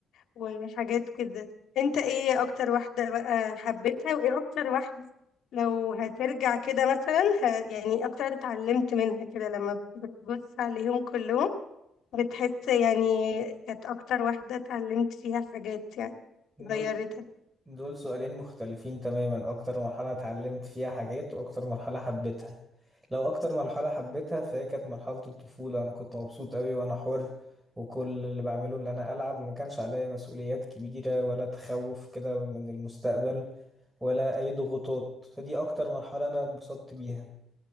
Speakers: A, on the left; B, on the right.
A: وحاجات كده انت ايه اكتر واحدة بقى حبيتها وايه اكتر واحدة لو هترجع كده مثلا ه... يعني اكتر واحدة اتعلمت منها كده لما بتبص عليهم كلهم بتحس يعني كانت اكتر واحدة اتعلمت فيها حاجات يعني
B: دول
A: غيرتك
B: دول سؤالين مختلفين تماما اكتر مرحلة اتعلمت فيها حاجات واكتر مرحلة حبيتها لو اكتر مرحلة حبيتها فهي كانت مرحلة الطفولة انا كنت مبسوط قوي وانا حر وكل اللي بعمله ان انا العب وما كانش عليا مسؤوليات كبيرة ولا تخوف كده من المستقبل ولا اي ضغوطات فدي اكتر مرحلة انا اتبسطت بيها